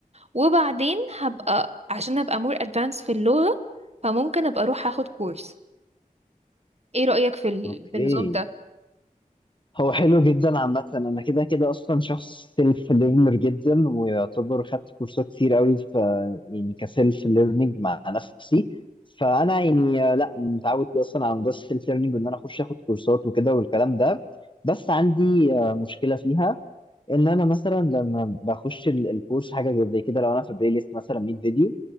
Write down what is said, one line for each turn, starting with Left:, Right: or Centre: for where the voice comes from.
Right: وبعدين هبقى عشان ابقى مور ادفانس في اللغه فممكن ابقى اروح اخد كورس ايه رأيك في ال...
Left: اوكي
Right: في النظام ده
Left: هو حلو جدا عامة انا كده كده اصلا شخص سيلف ليرنر جدا ويعتبر خدت كورسات كتير قوي في يعني كسيلف ليرنينج مع نفسي فانا يعني آه، لا متعود اصلا على موضوع السيلف ليرنينج وان انا اخش اخد كورسات وكده والكلام ده بس عندي آه، مشكلة فيها ان انا مثلا لما بخش ال- الكورس حاجة زي كده لو انا في بلاي ليست مثلا 100 فيديو